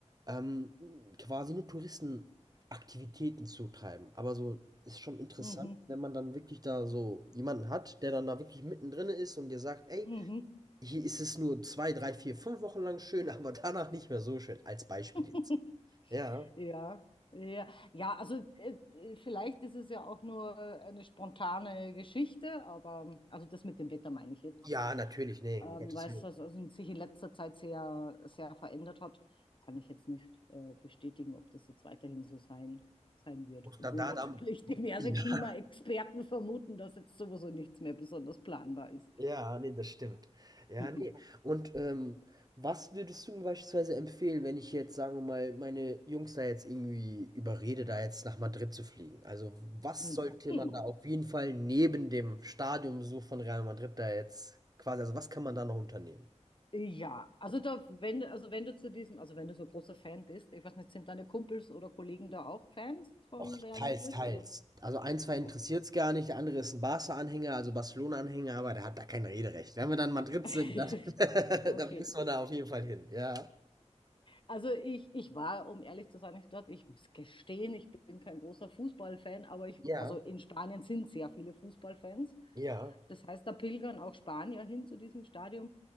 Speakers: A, on the right; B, on the left.
A: Ähm, quasi nur Touristen Aktivitäten zutreiben. Aber so ist schon interessant,
B: Mhm,
A: wenn man dann wirklich da so jemanden hat, der dann da wirklich mittendrin ist und dir sagt, ey,
B: mhm.
A: hier ist es nur zwei, drei, vier, fünf Wochen lang schön, <laughs> aber danach nicht mehr so schön, als Beispiel
B: <laughs>
A: jetzt. Ja.
B: Ja, ja, ja, also äh, äh, vielleicht ist es ja auch nur äh, eine spontane Geschichte, aber also das mit dem Wetter meine ich jetzt.
A: Ja, natürlich, ne,
B: Ähm,
A: um Gottes
B: weil
A: Willen.
B: es das also sich in letzter Zeit sehr, sehr verändert hat, kann ich jetzt nicht äh, bestätigen, ob das jetzt weiterhin so sein, sein wird. Obwohl
A: Da, da,
B: natürlich
A: da.
B: <laughs> diverse
A: <laughs>
B: Klimaexperten vermuten, dass jetzt sowieso nichts mehr besonders planbar ist.
A: Ja, ne, das stimmt. Ja,
B: <laughs>
A: ne. <laughs> Und, ähm, was würdest du mir beispielsweise empfehlen, wenn ich jetzt, sagen wir mal, meine Jungs da jetzt irgendwie überrede, da jetzt nach Madrid zu fliegen? Also, was
B: Hm.
A: sollte
B: Hm.
A: man da auf jeden Fall neben dem Stadionbesuch von Real Madrid da jetzt quasi also, was kann man da noch unternehmen?
B: Ja, also da, wenn, du- also wenn du zu diesem, also wenn du so ein großer Fan bist, ich weiß nicht, sind deine Kumpels oder Kollegen da auch Fans von
A: Och,
B: Real
A: teils,
B: Madrid
A: teils.
B: oder?
A: Also, einen, zwei interessiert
B: Okay.
A: es gar nicht, der andere ist ein Barca-Anhänger, also Barcelona-Anhänger, aber der hat da kein Rederecht. Wenn wir dann in Madrid
B: <laughs>
A: sind, dann <laughs>
B: Okay.
A: dann müssen wir da auf jeden Fall hin. Ja.
B: Also ich, ich war, um ehrlich zu sein, nicht dort. Ich muss gestehen, ich bin kein großer Fußballfan, aber ich,
A: Ja.
B: also in Spanien sind sehr viele Fußballfans.
A: Ja.
B: Das heißt, da pilgern auch Spanier hin zu diesem Stadion.